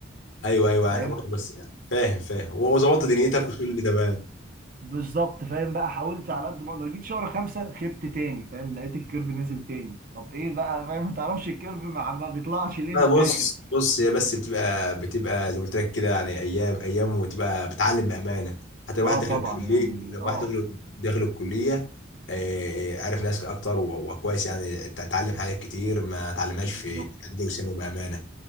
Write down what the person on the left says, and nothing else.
ايوه ايوه يعني
برضه بس يعني فاهم فاهم وظبطت دنيتك وكل اللي تمام
انا
بص بص هي بس بتبقى بتبقى زي ما قلت لك كده يعني ايام ايام وتبقى بتعلم بامانه حتى الواحد
داخل
الكليه
لو
واحد داخل داخل الكليه آه، عارف ناس اكتر و- وكويس يعني ت- اتعلم حاجات كتير ما اتعلمهاش
في اعدادي وثانوي بامانه